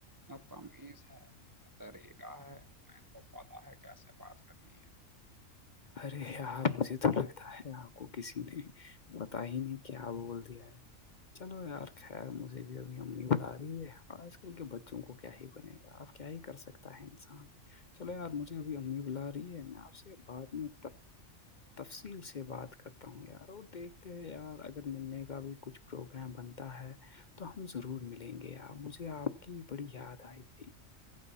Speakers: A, on the right (about 30°); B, on the left (about 45°).
A: نہ تمیز ہے نہ طریقہ ہے میں ان کو پتاہ ہے کیسے بات کرنی ہے
B: ارے یار مجھے تو لگتا ہے آپ کو کسی نے پتا ہی نہیں کیا بول دیا ہے چلو یار خیر مجھے بھی ابھی امی بلا رہی ہے آج کل کے بچوں کو کیا ہی بنے گا آپ کیا ہی کر سکتا ہے انسان چلو یار مجھے ابھی امی بلا رہی ہے میں آپ سے بعد میں تفصیل سے بات کرتے تا ہوں یار وہ دیکھتے یار اگر ملنے کا بھی کچھ پروگرام بنتا ہے تو ہم ضرور ملیں گے پ مجھے آپ کی بڑی یاد آئی تھی